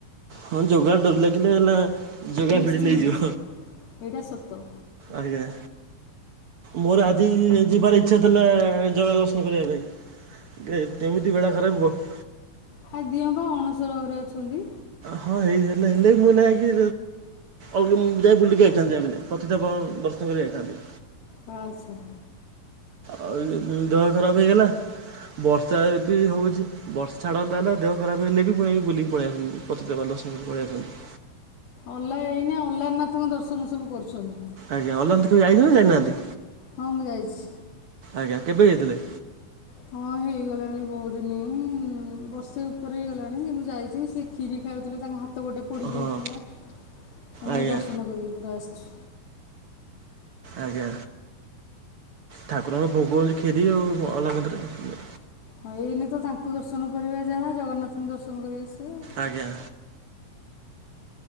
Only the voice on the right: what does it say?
ହଁ ଜଗା ଡୋରି ଲାଗିଲେ ହେଲା। ଜଗା
ଭିଡ଼ି ନେଇଯିବ
ଆଜ୍ଞା। ମୋର ଆଜି ଯିବାର ଇଚ୍ଛା ଥିଲା ଜଗା ଦର୍ଶନ କରିବା ପାଇଁ। ଏ କେମିତି ବେଳା ଖରାପ କହ
ହଁ ଏଜ ହେଲେ ହେଲେ ବି କଣ ଲାଗେ। ଆଉ ମୁଁ ଯାଇ ବୁଲିକି ଯାଇଥାନ୍ତି ଯାହା ବି ହେଲେ ପତିତପାବନ ଟା ଦର୍ଶନ କର ଯାଇଥାନ୍ତି।
ଆଉ ଦେହ ଖରାପ ହେଇଗଲା ବର୍ଷା ବି ହଉଛି। ବର୍ଷ ଛାଡ଼ନ୍ତା ନାଁ ହେଲା ଦେହ ଖରାପ ହେଲେ ବି ମୁଁ ଯାଇକି ବୁଲିକି ପଳେଇ ଆସନ୍ତି ପଛେ ଯାଇ ପଳେଇଆସନ୍ତି।
ଆଜ୍ଞା ଅନଲାଇନ କେବେ ଯାଇଥିବି ଜାଣିନାହାନ୍ତି।
ଆଜ୍ଞା କେବେ ଯାଇଥିଲେ?
ହଁ
ଆଜ୍ଞା
ଆଜ୍ଞା ଠାକୁରଙ୍କ ଭୋଗ ହଉଛି ଖୀରି ଆଉ ଅନ୍ନ ପ୍ରସାଦ।
ଆଜ୍ଞା।